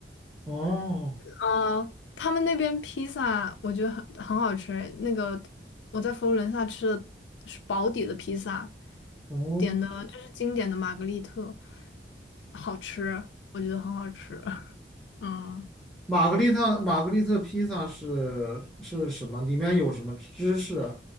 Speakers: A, in the centre; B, on the left (about 80°).
A: 哦
B: 呃，他们那边披萨我觉得很很好吃。那个我在佛罗伦萨吃的是薄底的披萨，
A: 哦，
B: 点的就是经典的玛格丽特，好吃，我觉得很好吃。<laughs> 嗯。
A: 玛格丽特玛格丽特披萨是是什么？里面有什么芝士？